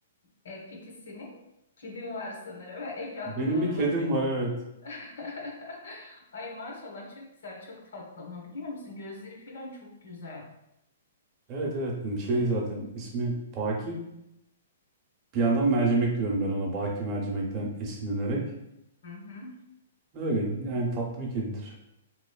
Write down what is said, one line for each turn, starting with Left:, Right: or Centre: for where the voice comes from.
Left: E, peki senin? Kedin var sanırım. <laughs> Ekranda
Right: Benim
Left: da ona
Right: bir kedim
Left: bakıyor.
Right: var evet.
Left: <laughs> Ay maşallah çok güzel, çok tatlı ama biliyor musun? Gözleri falan çok güzel.
Right: Evet evet şey zaten ismi Baki. Bir yandan mercimek diyorum ben ona. Baki mercimekten esinlenerek.
Left: Hı hı,
Right: Öyle yani tatlı bir kedidir.